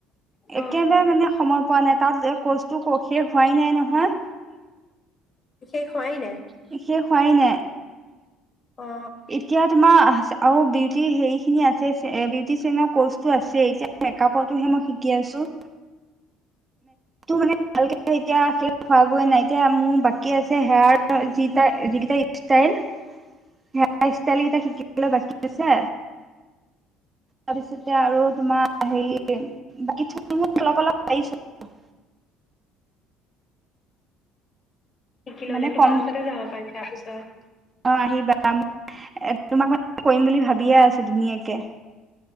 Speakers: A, on the left; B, on the right.
A: অ',
B: একেবাৰে মানে সম- পোৱা নাই তাত কৰ্চটো ক শেষ হোৱাই নাই নহয়।
A: শেষ হোৱাই নাই
B: শেষেও হোৱাই নাই
A: অ',
B: এতিয়া তোমাৰ আৰু বিউটি হেৰি খিনি আছে বিউটিচিয়ানৰ কৰ্চটো আছে এতিয়া মেকআপৰতোহে মই শিকি আছো। টো মানে ভালকে এতিয়া হোৱা গৈ নাই, এতিয়া মোৰ বাকী আছে হেয়াৰ যি‌ কেইটা ষ্টাইল হেয়াৰ ষ্টাইল কেইটা শিকিবলৈ বাকী আছে। তাৰপিছতে আৰু তোমাৰ হেৰি বাকী <unintelligible> অলপ অলপ পাইছো
A: শিকি ললে
B: মানে
A: তোমাৰ
B: কম
A: ওচৰতে যাব পাৰি। তাৰপিছত
B: অ আহিবা তোমাক মই কৰিম বুলি ভাবিয়ে আছো ধুনীয়াকে।